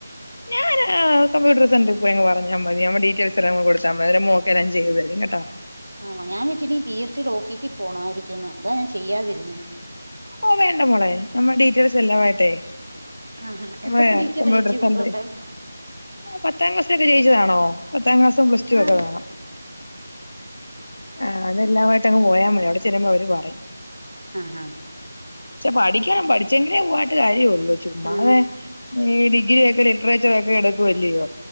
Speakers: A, on the left; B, on the right.
A: ഞാന് കമ്പ്യൂട്ടർ സെന്ററി പോയങ്ങ് പറഞ്ഞാ മതി നമ്മ ഡീറ്റയിൽസ് എല്ലാം കൂടെ കൊടുത്താ മതി അവര് മോക്കെല്ലാം ചെയ്തുതരും കേട്ടോ.
B: ആണോ. ഞാൻ വിചാരിച്ച് ഇനി പി എസീടെ ഓഫീസി പോണവായിരിക്കുംന്ന്. അതാ ഞാൻ ചെയ്യാതിരുന്നേ.
A: ഓഹ് വേണ്ട മോളെ നമ്മുടെ ഡീറ്റെയിൽസ് എല്ലാവായിട്ടെ
B: ആഹാ
A: നമ്മളെ
B: എന്തൊക്കെ ഡീറ്റെയിലാ
A: കമ്പ്യൂട്ടർ
B: ചേച്ചി
A: സെൻ്ററി
B: കൊണ്ടുപോണ്ടേ
A: പത്താം ക്ലാസ്സിലൊക്കെ ജയിച്ചതാണോ പത്താം ക്ലാസ്സും പ്ലസ് ടു
B: ആഹ്
A: ഒക്കെ വേണം. ആഹ് അതെല്ലാവായിട്ടങ്ങ് പോയാ മതി അവിടെ ചെല്ലുമ്പോ അവര് പറയും.
B: ആഹ് ഹാ
A: ച്ചെ പഠിക്കണം പഠിച്ചെങ്കിലേ പോയിട്ട് കാര്യ ഉള്ളൂ ചുമ്മാതേ
B: ആഹ്
A: ഈ ഡിഗ്രിയൊക്കെ ലിറ്ററേച്ചർ ഒക്കെ എടുക്കുവല്ലയോ